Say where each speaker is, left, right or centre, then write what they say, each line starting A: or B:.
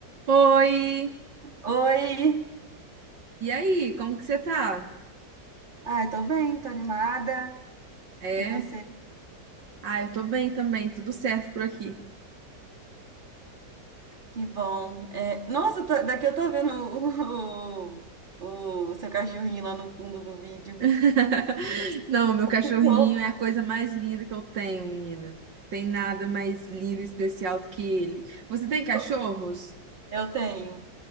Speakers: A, on the right; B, on the right.
A: Oi!
B: Oi!
A: E aí, como que você tá?
B: Ai, tô bem, tô animada.
A: É?
B: E você?
A: Ah, eu tô bem também, tudo certo por aqui.
B: Que bom. É, nossa, eu tô- daqui eu tô vendo o, o, o seu cachorrinho lá no fundo do vídeo.
A: <laughs> Não, meu cachorrinho
B: Que fofo!
A: é a coisa mais linda que eu tenho, menina. Tem nada mais lindo e especial do que ele. Você tem cachorros?
B: Co- Eu tenho,